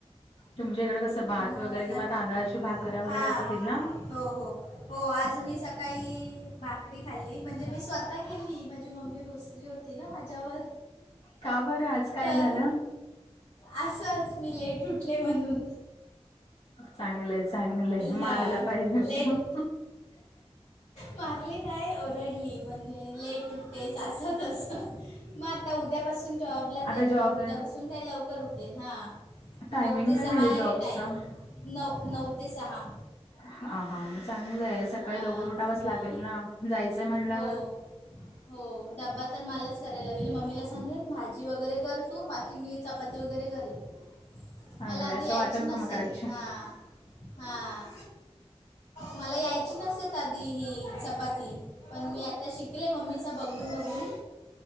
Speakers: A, on the left; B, on the left.
A: तुमच्या इकडे कसं
B: मग
A: भात वगैरे
B: काय
A: किंवा तांदळाच्या भाकऱ्या वगैरे
B: हां
A: असतील ना.
B: हो हो, हो आज मी सकाळी भाकरी खाल्ली म्हणजे मी स्वतः केली माझी मम्मी रुसली होती ना माझ्यावर.
A: का बरं आज काय
B: तर
A: झालं?
B: असंच मी लेट उठले म्हणून.
A: चांगलंय चांगलंय
B: हां,
A: मारायला पाहिजे
B: लेट
A: <unintelligible>
B: मारली नाही ओरडली म्हणजे लेट उटतेस असं तसं. मग आता उद्यापासून जॉबला जाईन
A: आता जॉबला
B: मग उद्यापासून काही लवकर उठेल हा.
A: टायमिंग
B: नऊ ते
A: काय
B: सहा
A: दिलंय
B: आहे
A: जॉबचं?
B: टाईम, नऊ नऊ ते सहा.
A: हा हा मग चांगलंय सकाळी
B: हां
A: लवकर उठावच
B: हां
A: लागेल ना जायचंय म्हणल्यावर
B: हो हो डबा तर मलाच करायला लागेल मम्मीला सांगेन भाजी वगैरे कर तू बाकी मी चपाती वगैरे करेन.
A: चांगलंय
B: मला आधी
A: असं
B: यायची
A: वाटण
B: नसेत
A: कामं करायची
B: हा. हा, मला यायची नसते आधी ही. चपाती, पण मी आता शिकले मम्मीचा बघून बघून.